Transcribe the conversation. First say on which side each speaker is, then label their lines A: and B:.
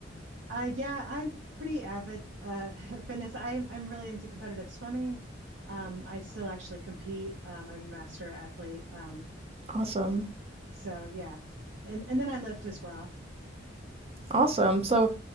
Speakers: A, on the right (about 80°); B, on the right (about 30°).
A: Uh, yeah, I'm pretty avid uh, <laughs> fitness. I'm I'm really into competitive swimming. Um, I still actually compete. Um, I'm a master athlete. Um,
B: Awesome.
A: s- it- so yeah, and and then I lift as well.
B: Awesome. So